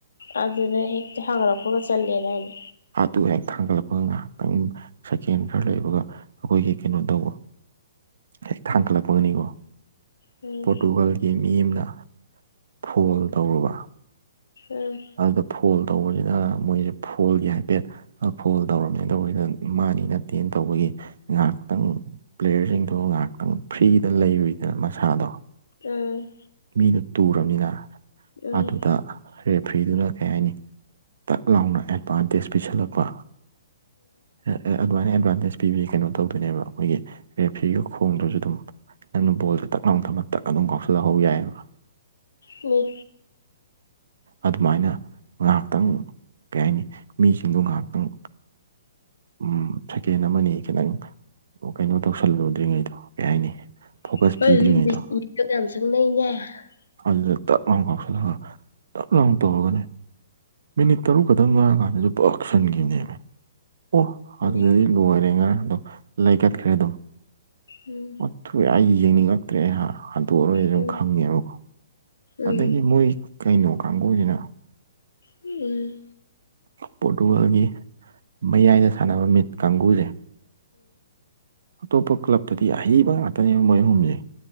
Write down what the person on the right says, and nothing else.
ꯑꯗꯨ ꯍꯩꯅ ꯈꯥꯡꯒꯠꯂꯛꯄꯒ ꯉꯥꯏꯍꯥꯛꯇꯪ ꯁꯦꯀꯦꯟ ꯈꯔ ꯂꯩꯕꯒ ꯑꯩꯈꯣꯏꯒꯤ ꯀꯩꯅꯣ ꯇꯧꯕ ꯍꯦꯛ ꯊꯥꯡꯒꯠꯂꯛꯄꯒꯅꯤꯀꯣ
ꯄꯣꯔꯇꯨꯒꯜꯒꯤ ꯃꯤ ꯑꯃꯅ ꯐꯜ ꯇꯧꯔꯨꯕ
ꯑꯗꯨꯗ ꯐꯣꯜ ꯇꯧꯕꯅꯤꯅ ꯃꯣꯏꯁꯦ ꯐꯣꯜꯒꯤ ꯍꯥꯏꯐꯦꯠ ꯐꯣꯜ ꯇꯧꯔꯝꯃꯦ ꯇꯧꯕꯁꯤꯗ ꯃꯥꯅꯤ ꯅꯠꯇꯦꯅ ꯇꯧꯕꯒꯤ ꯉꯥꯏꯍꯥꯛꯇꯪ ꯄ꯭ꯂꯦꯌꯔꯁꯤꯡꯗꯨꯣ ꯉꯥꯏꯍꯥꯛꯇꯪ ꯐ꯭ꯔꯤꯗ ꯂꯩꯔꯨꯏꯗꯅ ꯃꯁꯥꯗꯣ
ꯃꯤꯗꯨ ꯇꯨꯔꯝꯅꯤꯅ
ꯑꯗꯨꯗ ꯔꯦꯐ꯭ꯔꯤꯗꯨꯅ ꯀꯩ ꯍꯥꯏꯅꯤ ꯇꯛ ꯂꯥꯎꯅ ꯑꯦꯠꯚꯥꯟꯇꯦꯖ ꯄꯤꯁꯜꯂꯛꯄ꯫ ꯑꯦ ꯑꯦ ꯑꯗꯨꯃꯥꯏꯅ ꯑꯦꯗꯚꯥꯟꯇꯦꯖ ꯄꯤꯕ ꯀꯩꯅꯣ ꯇꯧꯗꯣꯏꯅꯦꯕ ꯑꯩꯈꯣꯏꯒꯤ ꯔꯦꯐ꯭ꯔꯤꯒ ꯈꯣꯡꯗ꯭ꯔꯖꯨ ꯗꯨꯝ ꯅꯪꯅ ꯕꯣꯜꯁꯦ ꯇꯛ ꯂꯥꯎꯅ ꯊꯃ ꯇꯛ ꯑꯗꯨꯝ ꯀꯥꯎꯁꯤꯜꯂ ꯍꯧ ꯌꯥꯏꯑꯦꯕ꯫
ꯑꯗꯨꯃꯥꯏꯅ ꯉꯥꯛꯇꯪ ꯀꯩ ꯍꯥꯏꯅꯤ ꯃꯤꯁꯤꯡꯗꯨ ꯉꯥꯍꯥꯛꯇꯪ ꯎꯝ ꯁꯦꯀꯦꯟ ꯑꯃꯅꯤ ꯈꯤꯇꯪ ꯀꯩꯅꯣ ꯇꯧꯁꯜꯂꯨꯗ꯭ꯔꯤꯉꯩꯗꯣ ꯀꯩ ꯍꯥꯏꯅꯤ ꯐꯣꯀꯁ
ꯄꯤꯗ꯭ꯔꯤꯉꯩꯗꯣ ꯑꯗꯨꯗ ꯇꯛ ꯂꯥꯎ ꯀꯥꯎꯁꯤꯜꯂꯒ ꯇꯛ ꯂꯥꯎꯅ ꯇꯧꯔꯒꯅꯦ ꯃꯤꯅꯤꯠ ꯇꯔꯨꯛ ꯈꯛꯇ ꯉꯥꯏꯔ ꯀꯥꯟꯗꯁꯨ ꯄꯛ ꯁꯟꯒꯤꯝꯅꯦꯃꯦ꯫ ꯑꯣ
ꯑꯗꯨꯗꯤ ꯂꯣꯏꯔꯦ ꯉꯔ ꯑꯗꯨꯝ ꯂꯩꯀꯠꯈ꯭ꯔꯦ ꯑꯗꯨꯝ
ꯑꯣꯊꯨ ꯑꯩ ꯌꯦꯡꯅꯤꯡꯉꯛꯇ꯭ꯔꯦ ꯑꯩ ꯍꯟꯗꯣꯛꯑꯔꯣꯏ ꯁꯨꯝ
ꯈꯪꯉꯦꯕꯀꯣ
ꯑꯗꯒꯤ ꯃꯣꯏ ꯀꯩꯅꯣ ꯀꯥꯡꯕꯨꯁꯤꯅ
ꯄꯣꯔꯇꯨꯒꯜꯒꯤ ꯃꯌꯥꯏꯗ ꯁꯥꯟꯅꯕ ꯃꯤꯠ ꯀꯥꯡꯕꯨꯁꯦ ꯑꯇꯣꯞꯄ ꯀ꯭ꯂꯞꯇꯗꯤ ꯑꯍꯩꯕ ꯉꯥꯛꯇꯅꯦ ꯃꯣꯏ ꯑꯍꯨꯝꯁꯦ